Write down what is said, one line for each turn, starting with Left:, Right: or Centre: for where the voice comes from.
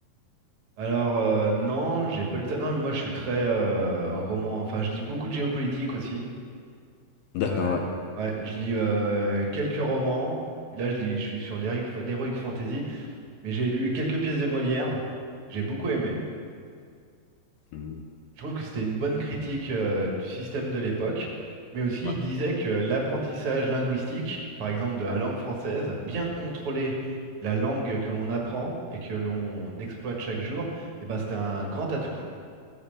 Right: Alors, euh, non, j'ai pas lu ça. Non, mais moi, je suis très euh, roman. Enfin, je lis beaucoup de géopolitique aussi.
Left: D'accord,
Right: Euh,
Left: ouais.
Right: ouais, je lis euh, quelques romans. Et puis là, je lis, je suis sur l'héroic l'héroïque fantasy. Mais j'ai lu quelques pièces de Molière. J'ai beaucoup aimé.
Left: Hmm.
Right: Je trouve que c'était une bonne critique euh, du système de l'époque, mais aussi
Left: Ouais,
Right: il disait que l'apprentissage linguistique, par exemple de la langue française, bien contrôler la langue que l'on apprend et que l'on exploite chaque jour, eh ben, c'était un grand atout.